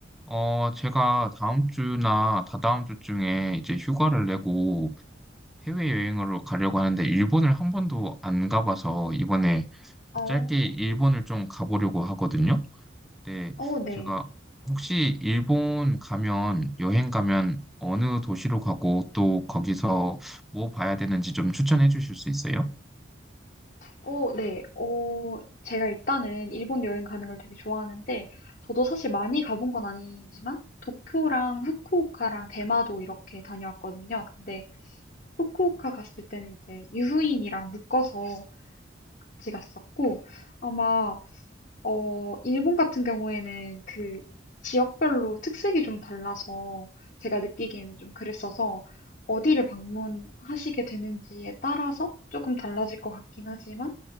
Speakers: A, in the centre; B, on the left.
A: 어, 제가 다음 주나 다다음 주쯤에 이제 휴가를 내고 해외여행으로 가려고 하는데 일본을 한 번도 안 가봐서 이번에
B: 어,
A: 짧게 일본을 좀 가보려고 하거든요. 근데
B: 어, 네.
A: 제가 혹시 일본 가면 여행 가면 어느 도시로 가고 또 거기서 뭐 봐야 되는지 좀 추천해 주실 수 있어요?
B: 어, 네. 어, 제가 일단은 일본 여행 가는 걸 되게 좋아하는데, 저도 사실 많이 가본 건 아니지만, 도쿄랑 후쿠오카랑 대마도 이렇게 다녀왔거든요. 근데 후쿠오카 갔을 때는 이제 유후인이랑 묶어서 같이 갔었고, 아마 어, 일본 같은 경우에는 그 지역별로 특색이 좀 달라서 제가 느끼기에는 좀 그랬어서 어디를 방문하시게 되는지에 따라서 조금 달라질 것 같긴 하지만